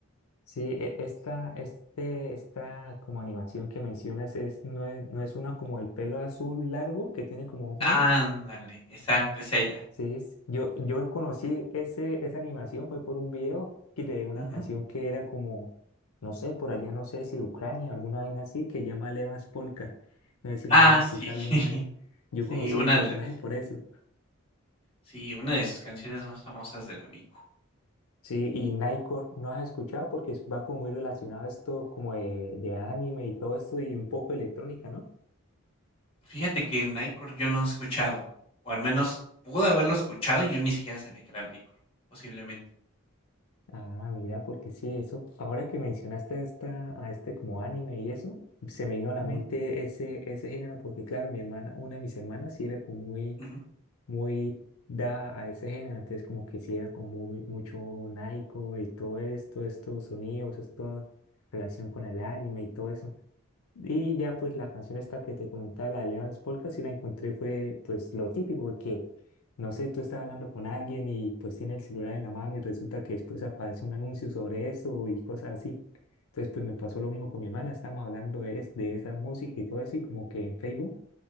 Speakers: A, on the left (about 80°); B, on the left (about 25°).
A: Sí, e- esta, este, esta como animación que mencionas es, no es, no es una como el pelo azul largo que tiene como moños.
B: Ándale, exacto, es ella.
A: Sí, es- yo, yo conocí ese, esa animación fue por un video que- de una
B: Ujú.
A: canción que era como, no sé, por allá no sé si Ucrania o alguna vaina así, que llama Levas Polka. No sé si la
B: Ah,
A: hayas escuchado
B: sí.
A: alguna
B: <laughs>
A: vez. Yo conocí
B: Sí, una
A: ese personaje
B: de las,
A: por eso.
B: sí, una de sus canciones más famosas del Amico.
A: Sí, y Nightcore no has escuchado porque es- va como muy relacionado a esto como de, de anime y todo esto y un poco electrónica, ¿no?
B: Fíjate que Nightcore yo no he escuchado, o al menos pude haberlo escuchado y yo ni siquiera sabía que era Nightcore, posiblemente.
A: Ah, mira, porque sí, eso, ahora que mencionaste a, esta, a este como anime y eso, se me vino a la
B: Ujú,
A: mente ese, ese género, porque claro, mi hermana, una de mis hermanas sí era como muy,
B: ujú.
A: muy da a ese género, entonces como que sí era como muy, mucho naico y todo esto, estos sonidos, esta relación con el anime y todo eso. Y ya pues la canción esta que te comentaba, la de Levance Polka, sí la encontré, fue pues lo típico que, no sé, tú estás hablando con alguien y pues tiene el celular en la mano y resulta que después aparece un anuncio sobre eso y cosas así. Entonces pues me pasó lo mismo con mi hermana, estábamos hablando de, es- de esa música y todo eso y como que en Facebook